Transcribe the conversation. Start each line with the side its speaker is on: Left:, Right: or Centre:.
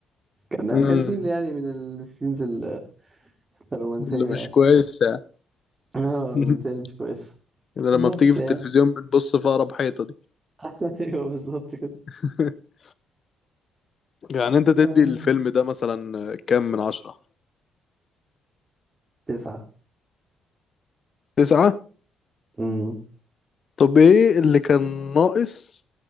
Right: كان
Left: امم
Right: كان سين يعني من السينز ال- الرومانسيه
Left: اللي مش
Right: يعني
Left: كويسة يعني
Right: <laughs> اه الرومانسيه
Left: <laughs>
Right: اللي مش كويسه
Left: يعني لما
Right: بس
Left: بتيجي في
Right: يعني
Left: التلفزيون بنبص في أقرب حيطة دي
Right: <laughs> ايوه بالظبط كده
Left: <laughs> يعني أنت تدي
Right: آه.
Left: الفيلم ده مثلا كام من عشرة؟
Right: تسعة
Left: تسعة؟
Right: امم
Left: طب إيه اللي كان ناقص